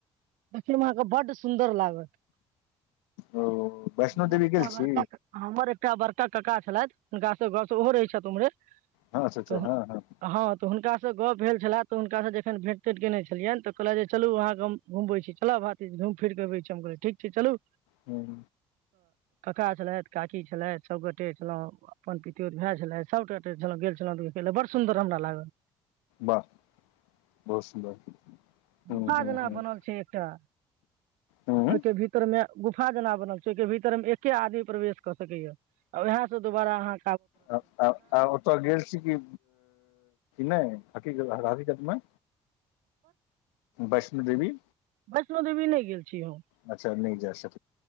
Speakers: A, on the right (about 65°); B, on the left (about 75°).
A: देखै मे अहाँके बड सुंदर लागत।
B: ओ वैष्णो
A: हमर
B: देवी
A: एकटा
B: गेल छी
A: बड़का कक, हमर एकटा बड़का कका छलैथ हुनका से गौस ओहो रहैत छथि उम्हरे।
B: हँा, हँ
A: तऽ
B: हँ।
A: हँ तऽ हुनकासँ गप भेल छलै, तऽ हुनकासँ जखन भेट- तेट केयने छलियनि, तऽ कहल जे चलू अहाँके घुमै छी, चल भातीज घुम फिर कऽ अबै छी, हम कहलै ठीक छै चलू।
B: ह्म।
A: काका छलथि, काकी छलथि, सब गोटे छलों, अपन पितोर भाय छलथि, सभ गोट छलउ, गेल छलौ बड़ सुन्दर हमरा लागत।
B: वाह, बहुत सुन्दर। हूँ
A: गुफा
B: हूँ
A: जेना
B: हूँ
A: बनल छै एकटा,
B: हूँ
A: ओहिके भीतर मे गुफा जेना बनल छै ओहिके भीतर मे एके आदमी प्रवेश क सकैये, आ वैह से दुबारा अहाँ
B: आ आ ओतय गेल छी कि नहि हकित हकिकतमे वैष्णो देवी।
A: वैष्णो देवी नै गेल छी। हम
B: अच्छा नहि जा सकल